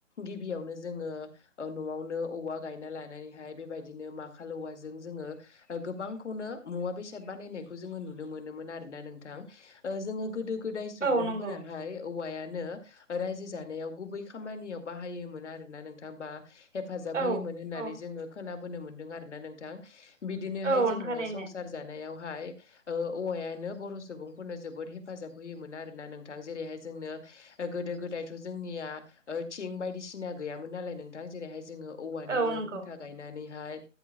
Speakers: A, on the left; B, on the right.
A: गिबियावनो जोङो ओ न'आवनो औवा गायना लानानैहाय बेबायदिनो माखाल औवाजों जोङो गोबांखौनो मुवा बेसाद बा बानायनायखौ जोङो नुनो मोनोमोन आरोना नोंथां ओ जोङो गोदो गोदाय सुबुंफोराहाय
B: औ नंगौ
A: औवायानो रायजो जानायाव गुबै खामानियाव बाहायोमोन आरोना नोंथां बा हेब फाजाब
B: औ
A: होयोमोन होननानै
B: औ
A: जोङो खोनाबोनो मोन्दों आरो ना नोंथां बिदिनोहाय
B: औ
A: जोङो
B: थारैनो
A: संसार जानायाव हाय ओ औवायानो बर' सुबुंफोरनो जोबोद हेफाजाब होयोमोन आरोना नोंथां जेरैहाय जोंनो गोदो गोदायथ' जोंनिया ओ थिं बायदिसिना गैयामोन नालाय नोंथां जेरैहाय जोङो औवानिनो
B: औ नंगौ
A: खुन्था गायनानैहाय